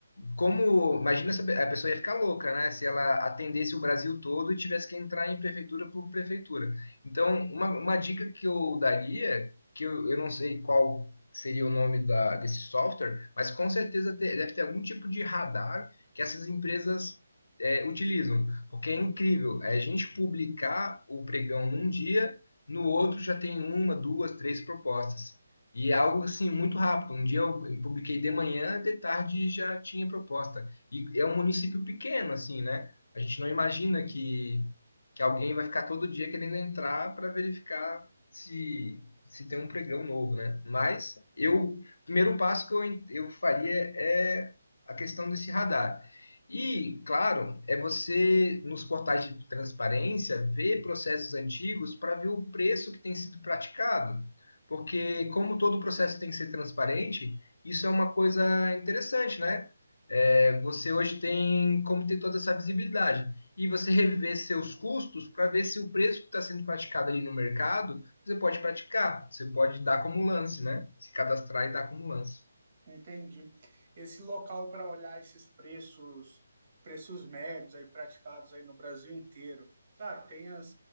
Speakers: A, on the left; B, on the right.
A: como, imagina se a pe- a pessoa ia ficar louca, né? Se ela atendesse o Brasil todo e tivesse que entrar em prefeitura por prefeitura. Então, uma, uma dica que eu daria, que eu, eu não sei qual seria o nome da, desse software, mas com certeza te- deve ter algum tipo de radar que essas empresas é, utilizam. Porque é incrível, é a gente publicar o pregão num dia, no outro já tem uma, duas, três propostas. E é algo assim muito rápido. Um dia eu publiquei de manhã, de tarde já tinha proposta. E é um município pequeno, assim, né? A gente não imagina que, que alguém vai ficar todo dia querendo entrar para verificar se, se tem um pregão novo, né? Mas eu, o primeiro passo que eu, en- eu faria é a questão desse radar. E, claro, é você, nos portais de transparência, ver processos antigos para ver o preço que tem sido praticado porque como todo o processo tem que ser transparente, isso é uma coisa interessante, né? É, você hoje tem como ter toda essa visibilidade e você rever seus custos para ver se o preço que está sendo praticado ali no mercado você pode praticar, você pode dar como lance, né? Se cadastrar e dar como lance.
B: Entendi. Esse local para olhar esses preços, preços médios aí praticados aí no Brasil inteiro. Claro, tem as,